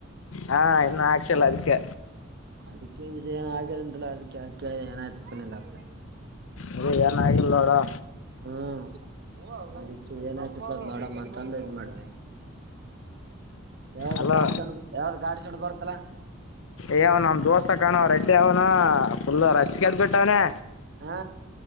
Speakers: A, on the left; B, on the right.
A: ಹಾ ಇನ್ನು ಹಾಕ್ಸಿಲ್ಲ ಅದಕ್ಕೆ
B: ಅದಕ್ಕೆ ಇದೇ ಏನ್ ಆಗಂಗಿಲ್ಲ ಅದಕ್ಕೆ ಕೇಳ ಏನಾಯ್ತು ನಿಂದ ಅಂತ
A: ಇದು ಏನಾಗಿಲ್ಲ ನೋಡು
B: ಹ್ಮ್ ಅದಕ್ಕೆ ಏನಾಯ್ತಪ್ಪ ನೋಡಮ್ಮ ಅಂತ ಇದ್ ಮಾಡ ಯಾವ್ದ
A: ಅಲೋ
B: ಗಾಡಿ ಸೊಂಡ್ ಯಾವ್ದ ಗಾಡಿ ಸೊಂಡ್ ಬರ್ತ್ತಲಾ
A: ಏ ನಮ ದೋಸ್ತ ಕಾಣವ ರೆಡ್ಡಿ ಅವ್ನು ಫುಲ್ ರಜಿಕದ್ ಬಿಟ್ಟವನೆ
B: ಹಾ